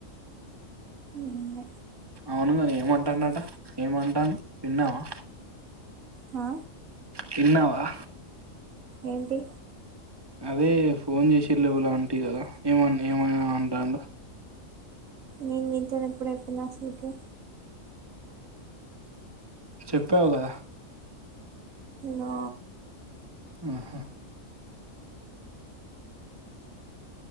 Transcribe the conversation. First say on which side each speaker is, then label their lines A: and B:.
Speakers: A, on the right; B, on the right.
A: ఉన్నే
B: అవునుగాని ఏమంటాన్నడంటా ఏమంటాండు తిన్నావా
A: ఆ
B: తిన్నావా
A: ఏంటి
B: అదే ఫోన్ చేసిళ్ళు ఎవలో అంటివి కదా ఏమన్నా ఏమన్నా అంటాన్నడ
A: నిను నీతోన ఎప్పుడు చెప్పిన అసలకి
B: చెప్పాల
A: నా
B: ఆహా